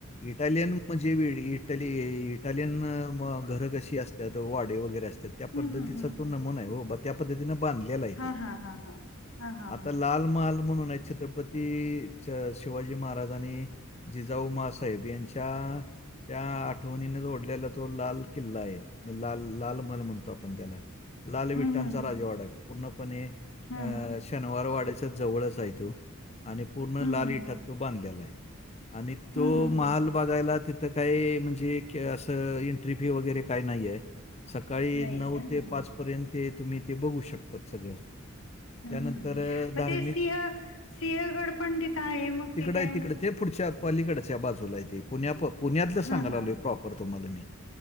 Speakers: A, on the left; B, on the left.
A: इटालियन म्हणजे वेळी इट इटालियन मग घरं कशी असतात. वाडे वगैरे असतात. त्या
B: हम्म
A: पद्धतीचा
B: हम्म हम्म हम्म
A: तो नमुना
B: हम्म.
A: आहे हो बा त्या पद्धतीनें बांधलेला आहे.
B: हा
A: ते.
B: हा हा हा. हा हा
A: आता
B: हा
A: लाल महाल म्हणून छत्रपती छतपती शिवाजी महाराज आणि जिजाऊ मासाहेब यांच्या- त्या आठवणीने जोडलेला तो लाल किल्ला आहे. लाल लाल महल म्हणतो आपण त्याला लाल विठठांचा
B: हम्म हम्म
A: राजावाडा आहे. तो पूर्णपणे
B: हम्म
A: अ शनिवार वाड्याच्या जवळच आहे तो. आणि पूर्ण
B: हम्म
A: लाल
B: हम्म हम्म हम्म
A: इठात तो बांधलेला आहे. आणि
B: हम्म
A: तो
B: हम्म
A: महाल
B: हम्म
A: बघायला तिथं काय? म्हणजे क असं एंट्री फी वगैरे काय नाही आहे. सकाळी
B: नाहीये
A: नऊ
B: का हा
A: ते
B: हा
A: पाच पर्यंत तुम्ही ते बघू शकतात सगळं.
B: हम्
A: त्यानंतर
B: हम्
A: अ,
B: मग
A: धार्मिक
B: ते सिंह सिंहगड पण तिथं आहे मग
A: तिकडं
B: ते
A: आहे
B: काय?
A: तिकडं ते पुढच्या पालीकडच्या बाजूला तेे पुण्या पुण्यातलं सांगाला
B: हा हा
A: आलोय प्रॉपर तुम्हाला मी.